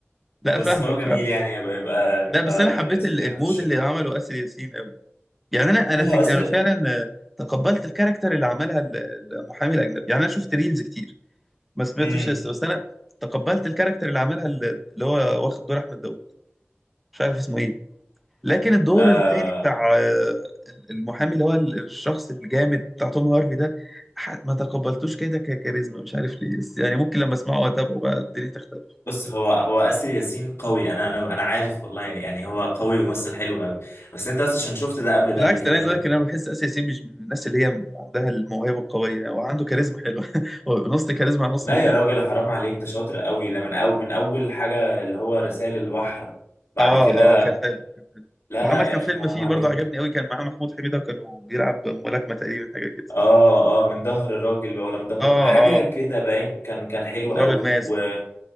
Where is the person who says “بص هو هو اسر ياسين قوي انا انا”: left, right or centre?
Left